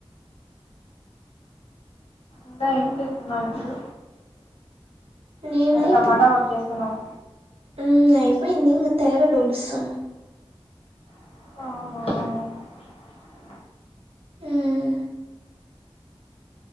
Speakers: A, on the left; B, on the right.
A: ఇంగా ఏం చేస్తున్నావు ఇప్పుడు
B: నేనా
A: అది టమాటా
B: ఇప్పుడు
A: వచ్చేస్తున్నావు
B: హ్మ్. అయిపోయింది ఇంగ తెల గడ్డ డోలుస్తాను
A: ఆఓహ
B: హ్మ్.